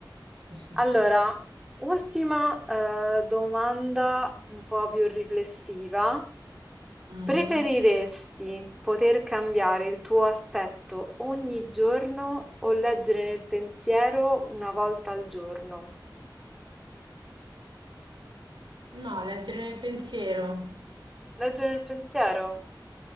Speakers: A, on the right (about 85°); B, in the centre.
A: sì, sì,
B: Allora,
A: sì.
B: ultima eh, domanda un po' più riflessiva.
A: Mhm.
B: Preferiresti poter cambiare il tuo aspetto ogni giorno o leggere nel pensiero una volta al giorno?
A: No, leggere nel pensiero.
B: Leggere nel pensiero?